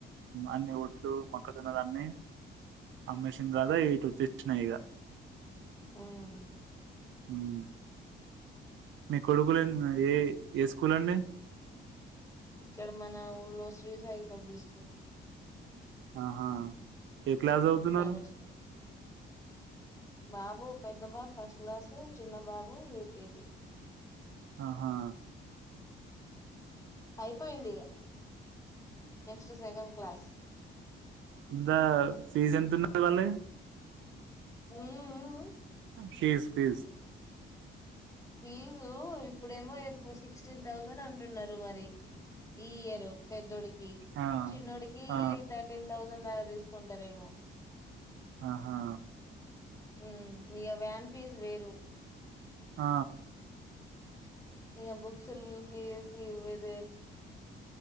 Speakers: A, on the right (about 75°); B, on the left (about 15°).
A: అన్ని ఒట్లు మొక్క జొన్నలన్నీ అమ్మేసిన తర్త ఇటు వచ్చేసిన ఇగ
B: హ్మ్.
A: హ్మ్. మీ కొడుకులు ఏ ఏ స్కూల్ అండి.
B: ఇక్కడ మన ఊల్లో శ్రీ సాయి పబ్లిక్ స్కూల్.
A: ఆహా. ఏ క్లాస్ చదువుతున్నారు.
B: ప్రైవేట్ స్కూల్ బాబు పెద్ద బాబు ఫస్ట్ క్లాసు చిన్న బాబు యూకేజీ.
A: ఆహా.
B: అయిపోయిందిగ నెక్స్ట్ సెకండ్ క్లాస్.
A: దా ఫీస్ ఎంత ఉన్ వాళ్ళయ్
B: హ్మ్ హు.
A: Fees fees.
B: ఫీజు ఇప్పుడేమో సిక్స్టీన్ థౌజండ్ అంటున్నారు మరి. ఈ ఇయరు పెద్దోడికి.
A: ఆ
B: చిన్నోడికి
A: ఆ
B: థర్టీన్ థౌజండ్ దాకా తీసుకుంటారేమో.
A: ఆహా
B: హ్మ్ విగ వ్యాన్. ఫీజు వేరు.
A: ఆ
B: ఇగ బుక్స్. Fees fees.